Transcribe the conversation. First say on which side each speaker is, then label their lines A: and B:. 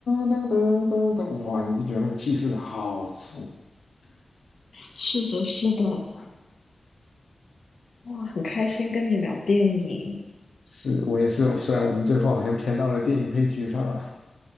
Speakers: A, on the left; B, on the left.
A: 当当当当，哇！你就觉得那个气势好足。
B: 是的，是的，哇，很开心跟你聊电影，
A: 是我也是，虽然我们最后好像偏到了电影配角上了。